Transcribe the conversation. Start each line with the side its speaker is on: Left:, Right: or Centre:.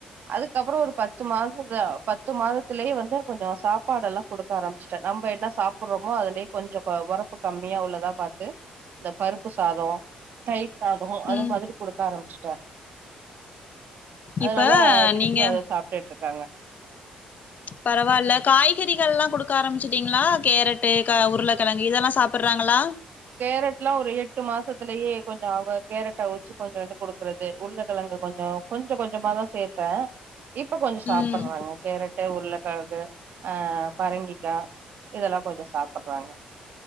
Right: அதுக்கப்றோ ஒரு பத்து மாத பத்து மாதத்திலேயே வந்து கொஞ்சோ சாப்பாடு எல்லா குடுத் ஆரம்பிச்சுட்ட நம்ம என்ன சாப்புறோமோ அதுலயே கொஞ்சோ ஒரப்பு கம்மியா உள்ளதா பாத்து இந்த பருப்பு சாதோ தயிர் சாதோ அது
Left: ம்
Right: மாதிரி குடுக்க ஆரம்பிச்சுட்டே அதனால
Left: இப்ப
Right: விரும்பி
Left: நீங்க
Right: அத சாப்டுட்டு இருக்காங்க
Left: பரவால்ல காய்கறிகள் எல்லா குடுக்க ஆரம்பிச்சிட்டீங்ளா கேரட்டு உருளைக்கிழங்கு இதெல்லா சாப் ப்புர்றாங்ளா
Right: கேரட்ல்லா ஒரு எட்டு மாசத்துலயே கொஞ்சொ அவ கேரட்டா அவுச்சு கொச்சோண்டு கொடுக்குறத் இது உருளகிழங்கு கொஞ்சொ கொஞ்சொ கொஞ்சமா தா சேர்த்தே இப்ப கொஞ்சொ சாப்பற்றாங்க
Left: ம்
Right: கேரட்டு உருளக்கிழகு ஆஹ் பரங்கிக்கா இதெல்லா கொஞ்சொ சாப்பட்றாங்க